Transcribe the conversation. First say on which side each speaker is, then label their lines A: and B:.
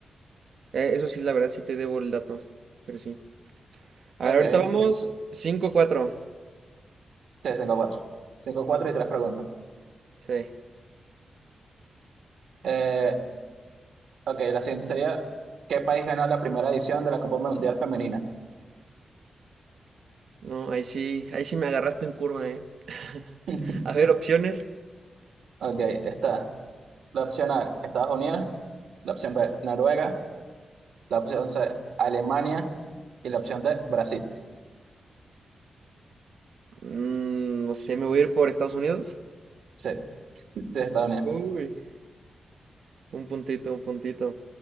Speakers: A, on the right (about 65°); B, on the right (about 90°).
A: Eh, eso sí, la verdad, sí te debo el dato, pero sí. A
B: Ok,
A: ver, ahorita vamos cinco cuatro.
B: sí, cinco cuatro. Cinco cuatro y tres preguntas.
A: Sí.
B: Eh, Ok, la siguiente sería, ¿qué país ganó la primera edición de la Copa Mundial Femenina?
A: No, ahí sí, ahí sí me agarraste en curva, ¿eh? <laughs>
B: <laughs>
A: A ver, opciones.
B: Ok, está la opción A, Estados Unidos, la opción B, Noruega, la opción C, Alemania y la opción D, Brasil.
A: Mm, no sé, me voy a ir por Estados Unidos.
B: Sí, sí, Estados Unidos.
A: Uy, un puntito, un puntito.